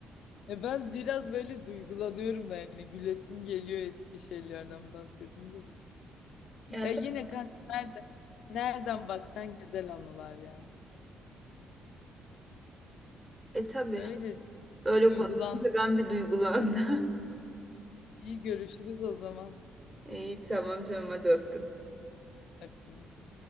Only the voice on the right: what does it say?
Ya
tabii,
e tabii.
Böyle
konuşunca ben bir duygulandım.
<laughs> İyi tamam canım hadi öptüm.